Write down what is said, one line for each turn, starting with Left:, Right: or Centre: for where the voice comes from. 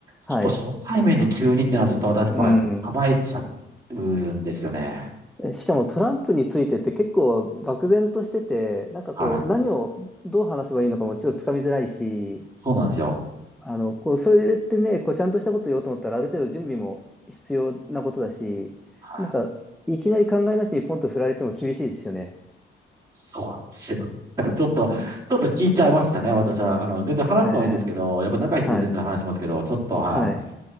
Centre: はい。
Right: ちょっと初対面で急にってなると、ちょっと私やっぱ構えちゃうんですよね。
Centre: うん。えしかもトランプについてって結構漠然としてて、なんかこう、
Right: はい。
Centre: 何をどう話せばいいのかもちょっとつかみづらいし、
Right: そうなんですよ。
Centre: あの、こう、それってね、こう、ちゃんとしたこと言おうと思ったら、ある程度準備も必要なことだし、
Right: はい。
Centre: なんか、いきなり考えなしにポンと振られても厳しいですよね。
Right: そうなんですよ。だからちょっと、ちょっと聞いちゃいましたね、私は。あの、全然話すのはいいんですけど、
Centre: え
Right: やっぱ仲いい人と全然話しますけど、
Centre: ーはい。
Right: ちょっと、は
Centre: はい。